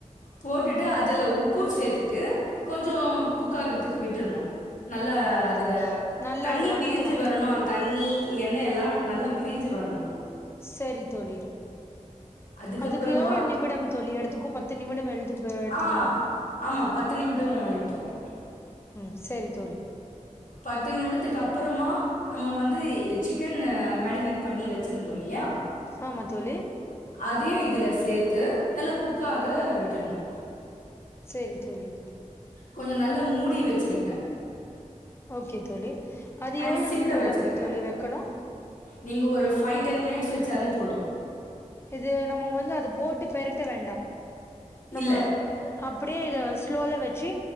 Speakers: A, on the left (about 85°); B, on the left (about 20°).
A: போட்டுட்டு அதுல உப் உப்புசேத்துட்டு கொஞ்சோம் குக் ஆகுறதுக்கு விட்டுற்னோ நல்லா
B: அப்படியா
A: அதுல
B: தோழி நல்லா
A: தண்ணி
B: அத வணக்கணு
A: பிரிஞ்சு வரனோ அந்த தண்ணி எண்ணைல்லா நல்லா பிரிஞ்சு வரனோ
B: செரி தோழி
A: அதுக்கப்பறமா
B: அதுக்கு எவ்ளோ நிமிடம் தோழி எடுத்துக்கோ பத்து நிமிடம் எழுது எடுத்துக்குமா
A: அ ஆ ஆமா பத்து நிமிடம் எடுத்துக்கோ
B: ம் சேரி தோழி
A: பத்து நிமிடத்துக்கப்றமா நம்ம வந்து எ சிக்கன்ல மேதிரினேட் பண்ணி வச்சிருந்தோல்லியா
B: ஆமா தோழி
A: அதியு இதுல சேத்து நல்லா குக்காக விட் டுர்னோ
B: செரி தோழி
A: கொஞ்சோ நல்லா மூடி வச்சிருங்க
B: ஓகே தோழி அது
A: அண்ட்
B: எவ்ளோ
A: சிம்ல
B: நிமிடம்
A: வச்சிருங்க
B: தோழி வெக்கனு
A: நீங்க ஒரு ஃபைவ் டென் மினிட்ஸ் வச்சாலே போது
B: இது நம்ம வந்து அது போட்டு பெரட்ட வேண்டா நம்ம
A: இல்ல
B: அப் அப்டியே இத ஸ்லோல வெச்சி